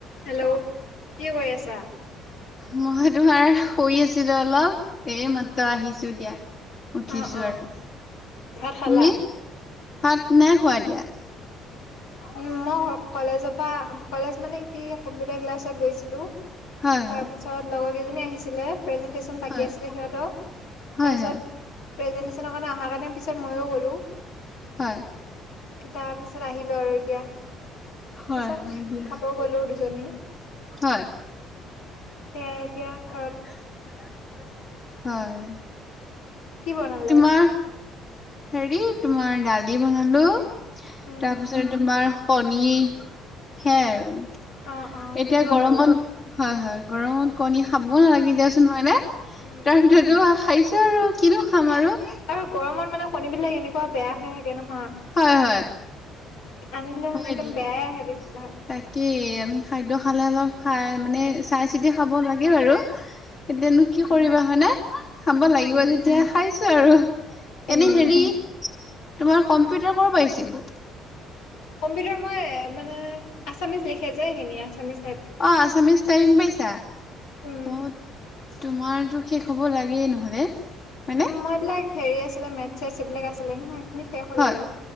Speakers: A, on the left (about 85°); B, on the left (about 45°).
A: Hello কি কৰি আছা?
B: মই তোমাৰ শুই আছিলোঁ অলপ। এই মাত্ৰ আহিছো দিয়া উঠিছো
A: অ', অ',
B: আৰু
A: ভাত খালা?
B: তুমি? ভাত নাই খোৱা এতিয়া?
A: উম মই কলেজৰ পৰা কলেজ মানে কি কম্পিউটাৰ ক্লাছত গৈছিলোঁ
B: হয়
A: তাৰপিছত
B: হয়
A: লগৰ কেইজনী আহিছিলে প্ৰেজেণ্টেশ্যন বাকী
B: হয়
A: আছিলে সিহঁতৰ
B: হয়
A: তাৰপিছত
B: হয়
A: প্ৰেজেন্টেশন এ অহাৰ কাৰণে পিছত ময়ো গ'লো।
B: হয়।
A: তাৰ পিছত আহিলো আৰু এতিয়া,
B: হয়
A: পিছত
B: হয় দিয়া।
A: খাব গলো দুজনী।
B: হয়।
A: সেয়াই এতিয়া ঘৰত
B: <unintelligible> হয়।
A: কি বনালে?
B: তোমাৰ হেৰি তোমাৰ দালি বনালো
A: উম,
B: তাৰপিছত তোমাৰ কনী সেয়াই আৰু
A: অ', অ',
B: এতিয়া
A: তুমি বনালা?
B: গৰমত, হয় হয়। গৰমত কণী খাবও নালাগে দিয়াচোন হয় নে?
A: উম,
B: তাৰ ভিতৰতো খাইছোঁ আৰু কিনো খাম আৰু
A: আৰু গৰমত মানে কণী বিলাক এনেকুৱা বেয়া হৈ থাকে নহয়
B: হয় হয়।
A: আনিলে মানে
B: হয়
A: একদম
B: দিয়া।
A: বেয়াই আহে বেছিভাগ।
B: তাকেই আমি খাদ্য খালে অলপ খাই মানে
A: উম,
B: চাই-চিতি খাব লাগে বাৰু এতিয়ানো
A: উম,
B: কি কৰিবা হয়নে? খাব লাগিব
A: উম
B: যেতিয়া খাইছো আৰু
A: উম
B: এনে হেৰি তোমাৰ কম্পিউটাৰ কৰ পাইছেগৈ
A: কম্পিউটাৰ মই মানে আছামিচ লিখে যে সিনি আছামিচ
B: অ আছামিজ টাইপিং পাইছা,
A: উম।
B: অঁ। তোমাৰতো শেষ হ'ব লাগেই নহ'লে। হয়নে?
A: উম মইবিলাক হেৰি আছিলে মেথ চেচ এইবিলাক আছিলে নহয়। সেইখিনি শেষ হ'ল
B: হয়,
A: আৰু।